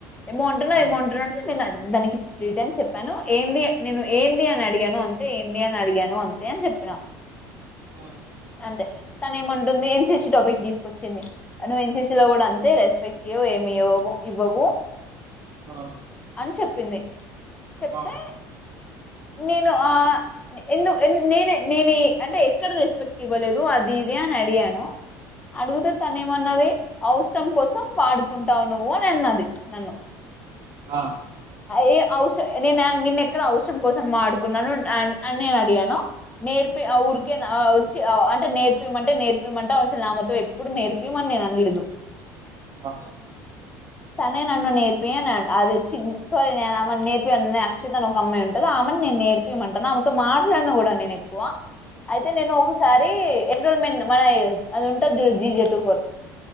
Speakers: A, on the left; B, on the right.
A: ఏమో అంటున్నావ్
B: ఆ
A: ఏమో అంటున్నావ్ అంటే నేను దానికి త్రీ టైమ్స్ చెప్పాను ఏంది నేను ఏంది అని అడిగాను అంతే ఏంది అని అడిగాను అంతే అని చెప్పా
B: ఆ
A: ఆ అంటే తన ఏముంటుంది యన్ సి సి టాపిక్ తీసుకొచ్చింది నువ్వు యన్ సి సి లో కూడా అంతే రెస్పెక్ట్ ఇయవ్ ను ఇయ్యావు ఇవ్వవు
B: ఆ
A: అని చెప్పింది చెప్తే
B: ఆ ఆ
A: నేను ఆ ఎందు నేనే నేను అంటే ఎక్కడ రెస్పెక్ట్ ఇవ్వలేదు అది ఇది అని అడిగాను అడిగితే తను ఏమన్నది అవసరం కోసం వాడుకుంటావు నువ్వు అని అన్నది నన్ను
B: ఆ
A: ఏ అవస నేను నిన్న ఎక్కడ అవసరం కోసం వాడుకున్నావు అని నేను అడిగానా నేర్పి ఆ ఊరికే అంటే నేర్పిమంటే నేర్పిమంటే అసలు ఆమెతో ఎప్పుడు నేర్పియమని నేను అనలేదు
B: ఆ
A: తనే నన్ను నేర్పి అన్నది అది చి సారీ నే ఆమె నేర్పిన్ననే అక్షిత అనే అమ్మాయి ఉంటుంది ఆ అరె నేను నేర్పియమంటాను ఆమెతో మాట్లాడినా కూడా నేను ఎక్కువ అయితే నేను ఒకసారి ఎన్రోల్మెంట్ మన అది ఉంటంది చూడు జీ జె టు ఫోర్